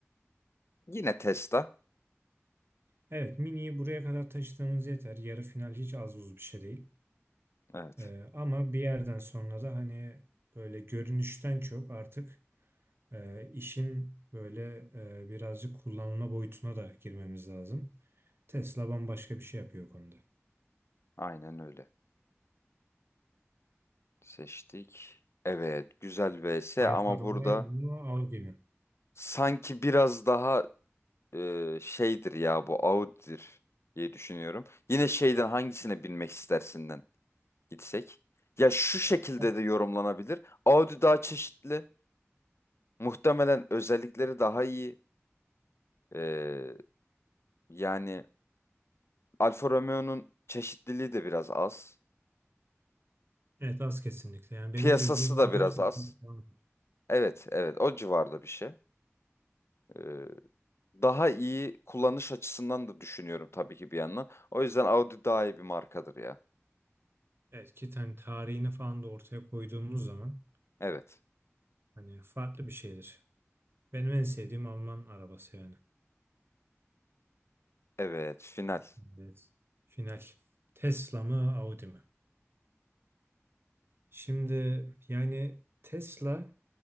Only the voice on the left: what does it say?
Yine Tesla.
Evet.
Aynen öyle. Seçtik. Evet, güzel vs ama
burada
sanki biraz daha e, şeydir ya bu Audi'dir diye düşünüyorum. Yine şeyden hangisine binmek istersinden gitsek. Ya şu şekilde
de yorumlanabilir. Audi daha çeşitli. Muhtemelen özellikleri daha iyi. E, yani Alfa Romeo'nun çeşitliliği de biraz az.
Piyasası
da
biraz
az.
Evet, evet o civarda bir şey. E, daha iyi kullanış açısından da düşünüyorum tabii ki bir yandan. O yüzden Audi daha iyi bir markadır ya.
Evet.
Evet, final.